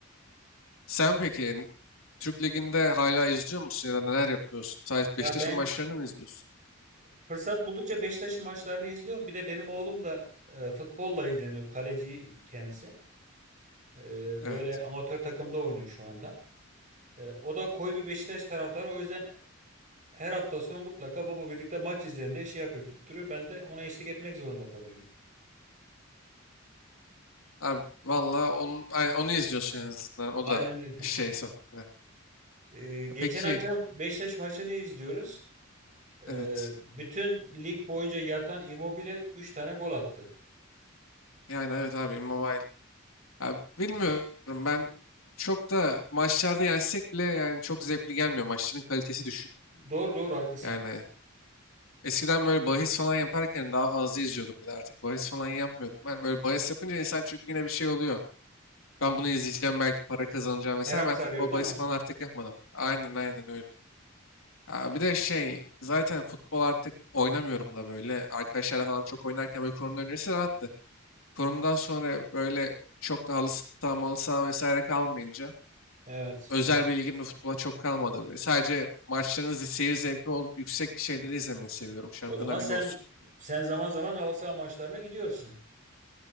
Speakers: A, on the left (about 80°); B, on the right (about 40°).
A: sen peki Türk Ligi'nde hala izliyor musun ya da neler yapıyorsun? Sadece
B: Ya
A: Beşiktaş'ın
B: ben
A: maçlarını mı izliyorsun?
B: fırsat buldukça Beşiktaş'ın maçlarını izliyorum. Bir de benim oğlum da e, futbolla ilgileniyor. Kaleci kendisi. E,
A: Evet.
B: böyle amatör takımda oynuyor şu anda. E, o da koyu bir Beşiktaş taraftarı. O yüzden her hafta sonu mutlaka baba birlikte maç izleyelim diye şey yapıyor, tutturuyor. Ben de ona eşlik etmek zorunda kalıyorum.
A: Abi valla onu, ay- onu izliyorsun en azından. O
B: Aynen
A: da
B: öyle.
A: şey
B: <laughs>
A: sonuçta.
B: E, geçen
A: Ya Peki
B: akşam Beşiktaş maçını izliyoruz. Ee,
A: evet.
B: bütün lig boyunca yatan Immobile 3 tane gol attı.
A: Yani evet abi Immobile Ya bilmiyorum ben çok da maçlarda yensek bile yani çok zevkli gelmiyor. Maçların kalitesi düşük.
B: Doğru doğru haklısın.
A: Yani eskiden böyle bahis falan yaparken daha fazla izliyordum bir de artık bahis falan yapmıyorum. Ben böyle bahis yapınca insan çünkü yine bir şey oluyor. Ben bunu izleyeceğim belki para kazanacağım
B: Merak
A: mesela ben
B: sarıyor
A: futbol
B: değil
A: bahis
B: mi?
A: falan artık yapmadım. Aynen aynen öyle. Ya bir de şey zaten futbol artık oynamıyorum da böyle arkadaşlarla falan çok oynarken böyle korona öncesi rahattı. Koronadan sonra böyle çok da halı saha malı saha vesaire kalmayınca
B: Evet.
A: özel
B: evet.
A: bir ilgim de futbola çok kalmadı. böyle. Sadece maçlarınızı seyir zevki ol, yüksek şeyleri izlemeyi seviyorum. Şampiyonlar
B: O zaman sen
A: Ligi olsun.
B: sen zaman zaman halı saha maçlarına gidiyorsun.